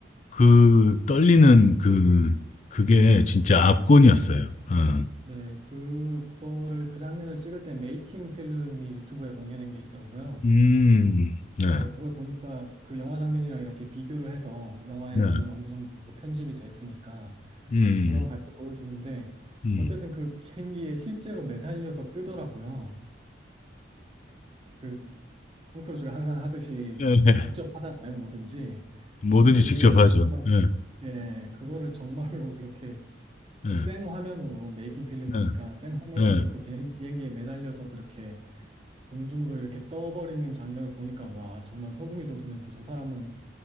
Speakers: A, on the left (about 35°); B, on the right (about 30°).
A: 그 떨리는 그, 그게 진짜 압권이었어요. 어.
B: 네, 그, 그거를 그 장면을 찍을 때 메이킹 필름이 유튜브에 공개된 게 있더라고요.
A: 음, 네.
B: 네, 그걸 보니까 그 영화 장면이랑 이렇게 비교를 해서 영화에서는
A: 네.
B: 어느 음. 정도 이제 편집이 됐으니까
A: 음.
B: 그거랑 같이 보여주는데
A: 음.
B: 어쨌든 그 비행기에 실제로 매달려서 뜨더라고요. 그 톰 크루즈가 항상 하듯이
A: 예. 예.
B: 직접 하잖아요, 뭐든지.
A: 뭐든지
B: 근데 그거를
A: 직접 하죠.
B: 정말
A: 예.
B: 예, 그거를 정말로 그렇게 그
A: 예.
B: 생화면으로 메이킹 필름이니까
A: 예.
B: 생화면으로
A: 예.
B: 그 비행- 비행기에 매달려서 그렇게 공중으로 이렇게 떠버리는 장면을 보니까 와, 정말 소름이 돋으면서 저 사람은